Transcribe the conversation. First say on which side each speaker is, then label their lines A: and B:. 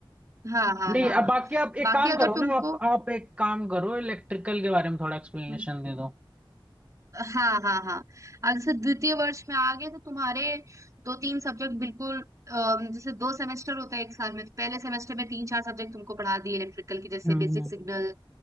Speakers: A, on the right; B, on the right.
A: हाँ हाँ
B: नहीं
A: हाँ
B: अब
A: हाँ
B: बाकी आप
A: बाकी
B: एक काम
A: अगर
B: करो
A: तुमको
B: ना आप आप एक काम करो इलेक्ट्रिकल के बारे में थोड़ा एक्सप्लेनेशन
A: हम्म।
B: दे दो
A: हाँ हाँ हाँ अब जैसे द्वितीय वर्ष में आ गए तो तुम्हारे दो तीन सब्जेक्ट बिल्कुल अम, जैसे दो सेमेस्टर होता है एक साल में तो पहले सेमेस्टर में तीन चार सब्जेक्ट तुमको पढ़ा दिए इलेक्ट्रिकल के जैसे
B: हम्म
A: बेसिक
B: हम्म,
A: सिग्नल